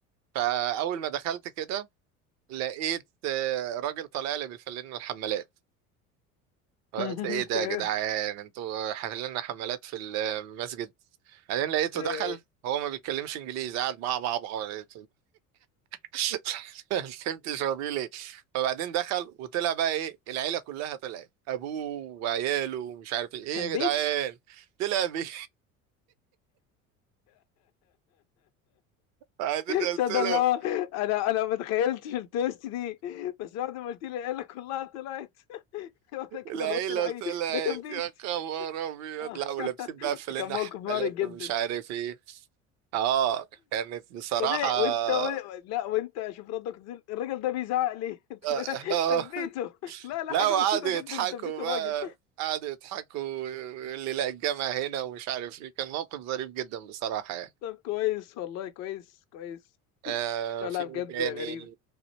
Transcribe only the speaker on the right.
فأول ما دخلت كده لقيت آه، راجل طالع لي بالفلين الحمالات قلت
ايه ده
يا جدعان انتوا حافلين حمالات في المسجد بعدين لقيته
دخل
هو ما بيتكلمش انجليزي قاعد بقى بقى بقى <laughs> ما فهمتش هو بيقول ايه فبعدين دخل وطلع بقى ايه العيله كلها طلعت ابوه وعياله ومش عارف ايه ايه
يا
جدعان طلع بيه <laughs> بعدين قلت
له
العيله
طلعت
يا خبر ابيض
لا ولابسين بقى فلنا
حفلات
ومش عارف ايه اه كانت بصراحه
آه.
<laughs>
لا
وقعدوا
يضحكوا
بقى قعدوا يضحكوا ويقول لي لا الجامع هنا ومش عارف ايه كان موقف ظريف جدا بصراحه يعني
آه
في
ايه
تاني